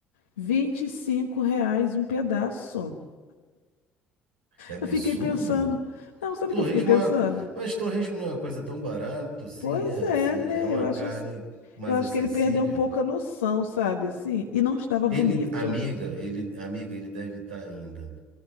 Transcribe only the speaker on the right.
Que absurdo!
Torresmo
é uma- Mas torresmo não é uma coisa tão barata assim,
né?
Assim,
é uma
carne
mais
acessível.
Ele, amiga, ele, amiga, ele deve estar ainda.